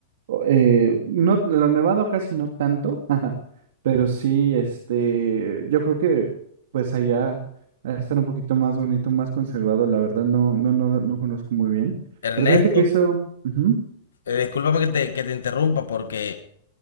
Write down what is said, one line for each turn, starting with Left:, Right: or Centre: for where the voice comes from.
Right: O- eh, no, lo nevado casi no tanto, <laughs> ajá, pero sí, este, yo creo que pues allá va a estar un poquito más bonito, más conservado, la verdad no, no, no, no conozco muy bien.
Left: Ernesto,
Right: Pero fíjate que eso, ujú,
Left: eh, discúlpame que te, que te interrumpa porque